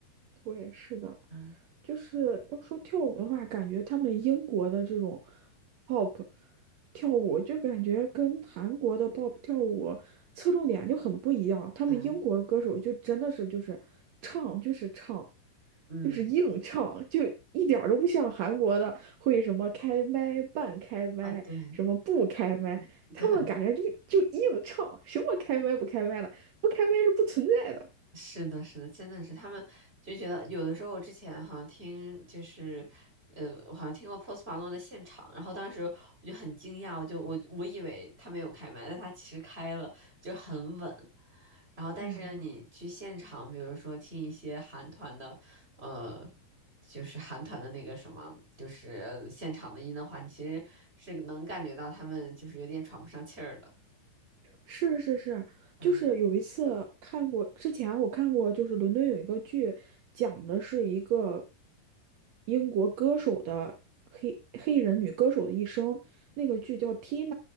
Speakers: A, on the right; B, on the right.
A: 我也是的，
B: 嗯
A: 就是要说跳舞的话，感觉他们英国的这种 pop 跳舞，就感觉跟韩国的 pop 跳舞侧重点就很不一样。他们英国歌手就真的是就是唱就是唱，
B: 嗯嗯，
A: 就是硬唱，就一点儿都不像韩国的会什么开麦、半开麦、
B: 哦对
A: 什么不开麦，他们感觉就就硬唱，
B: 对，
A: 什么开麦不开麦的，不开麦是不存在的。
B: 是的，是的，真的是他们就觉得有的时候，我之前好像听就是，呃，我好像听过 Post Malone 的现场，然后当时我就很惊讶，我就我我以为他没有开麦，但他其实开了，就很稳。然后，但是你去现场，
A: 天呐！
B: 比如说听一些韩团的，呃，就是韩团的那个什么，就是现场的音的话，你其实是能感觉到他们就是有点喘不上气儿的。
A: 是是是，
B: 嗯
A: 就是有一次看过，之前我看过，就是伦敦有一个剧，讲的是一个英国歌手的黑黑人女歌手的一生，那个剧叫《Tina》，